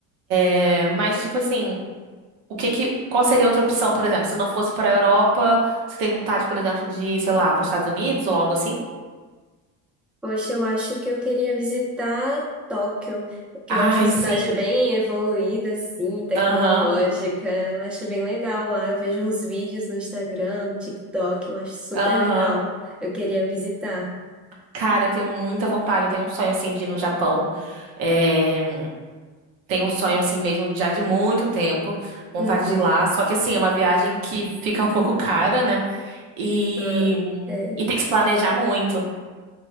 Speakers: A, on the right; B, in the centre.
A: É, mas, tipo assim O que que, qual seria outra opção, por exemplo, se não fosse para a Europa, você tem vontade, por exemplo, de, sei lá, para os Estados Unidos ou algo assim?
B: Poxa, eu acho que eu queria visitar Tóquio, porque
A: Ai,
B: eu acho uma cidade
A: sim.
B: bem evoluída, assim, tecnológica.
A: Aham,
B: Eu acho bem legal lá. Eu vejo uns vídeos no Instagram, no TikTok, eu acho super
A: aham.
B: legal. Eu queria visitar.
A: Cara, eu tenho muita vontade, eu tenho um sonho assim de ir no Japão. É, tenho um sonho assim mesmo já de muito tempo, vontade
B: Uhum.
A: de ir lá. Só que assim, é uma viagem que fica um pouco cara, né? E,
B: Ah, é.
A: e tem que se planejar muito.